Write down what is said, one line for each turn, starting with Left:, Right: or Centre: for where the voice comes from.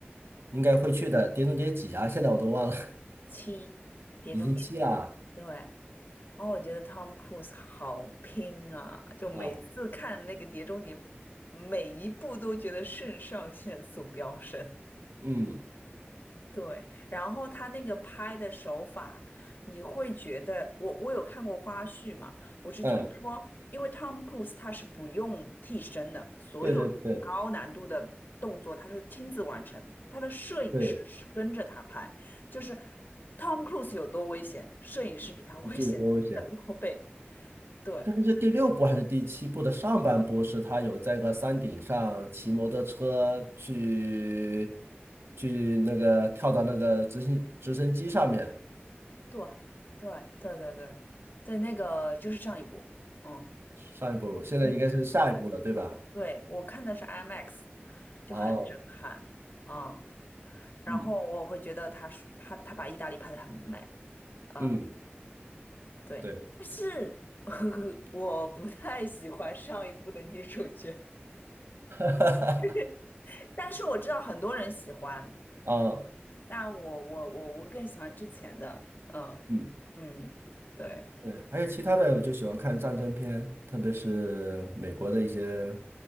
Right: 应该会去的。碟中谍几啊？现在我都忘了，
Left: 七，
Right: <laughs>
Left: 《碟中谍》，
Right: 已经七了啊。
Left: 对，然后我觉得 Tom Cruise 好拼啊，就每次看那个《碟中谍》，
Right: 啊
Left: 每一部都觉得肾上腺素飙升。
Right: 嗯
Left: 对，然后他那个拍的手法，你会觉得我我有看过花絮嘛？我是听说，
Right: 嗯，
Left: 因为 Tom Cruise 他是不用替身的，所有那种高难度的动作他是亲自完成，
Right: 对对对
Left: 他的摄影师是跟着他拍，
Right: 对，
Left: 就是 Tom Cruise 有多危险，摄影师比他 <laughs> 危险更多倍。
Right: 不记得多危险。
Left: 对，
Right: 这个是第六部还是第七部的上半部？是他有在个山顶上骑摩托车去去那个跳到那个直升直升机上面。
Left: 对对对对对对，那个就是上一部，嗯，
Right: 上一部，现在应该是下一部了，
Left: 嗯，
Right: 对吧？
Left: 对，我看的是 IMAX，就很震撼，
Right: 哦，
Left: 嗯，然后我会觉得他是他他把意大利拍的很美，
Right: 嗯
Left: 嗯，
Right: 嗯，
Left: 对，
Right: 对，
Left: 但是 <laughs> 我不太喜欢上一部的女主角，
Right: <laughs>
Left: <laughs> 但是我知道很多人喜欢，
Right: 啊，
Left: 但我我我我更喜欢之前的，嗯嗯，
Right: 嗯。
Left: 对，
Right: 对，还有其他的，我就喜欢看战争片，特别是美国的一些